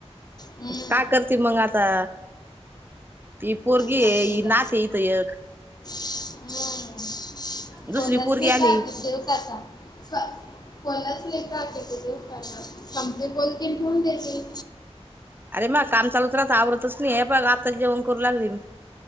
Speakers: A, on the left (about 35°); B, on the right (about 20°).
A: हम्म.
B: का करते मग आता ही पोरगी
A: माहिती
B: ये ही
A: का?
B: नाच इथ एक
A: हम्म
B: दुसरी
A: कोणच
B: पोरगी
A: नाही
B: आली
A: का दिवसाचा कोलाचले का ति संमप बोलते फून देते
B: अरे म काम चालू दुसात आवरतच नाही हे प आत्ता जेवण करू लागली मी